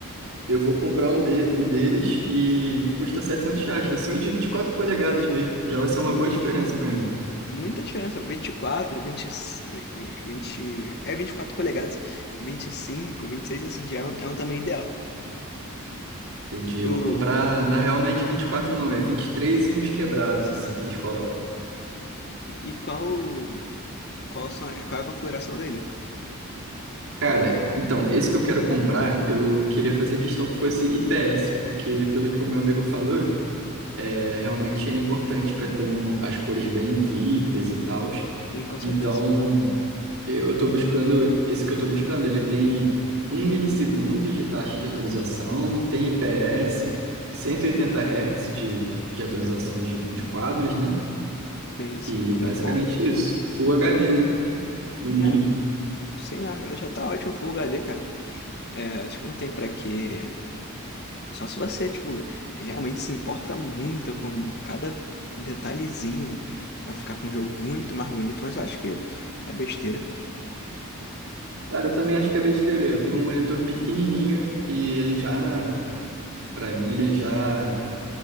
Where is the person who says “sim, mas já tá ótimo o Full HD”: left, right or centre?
Left